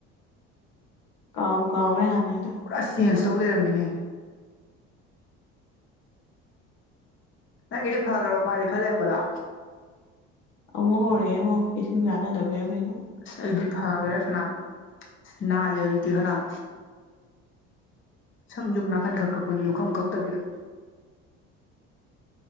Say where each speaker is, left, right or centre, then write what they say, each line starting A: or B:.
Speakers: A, on the left (about 65°); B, on the left (about 35°).
A: ꯀꯥꯎꯕ ꯀꯥꯎꯔꯦ ꯍꯥꯏꯅꯤꯗ
B: ꯄꯨꯔꯥ ꯆꯦꯟꯖ ꯇꯧ ꯂꯩꯔꯝꯃꯤꯅꯦ ꯅꯪꯒꯤꯗꯤ ꯐꯈ꯭ꯔꯕ ꯃꯥꯁꯦ ꯈꯜꯂꯝꯕꯗꯣ
A: ꯑꯃꯨꯛ ꯍꯧꯔꯛꯑꯦ ꯑꯃꯣ ꯏꯁꯤꯡ ꯀꯥꯟꯅꯗꯕꯤꯔꯣ ꯀꯩꯅꯣ
B: ꯑꯁ ꯑꯩꯗꯤ ꯐꯈ꯭ꯔꯦ ꯐꯅꯌꯥꯝ ꯑꯁ ꯅꯥꯜꯂꯦ ꯍꯧꯖꯤꯛꯇꯤ ꯐꯅꯝ ꯁꯝ ꯌꯨꯝ ꯅꯥꯀꯟ ꯈꯛ ꯀꯛꯄꯅꯤ ꯂꯨꯈꯐꯝ ꯀꯛꯇꯕꯤꯗ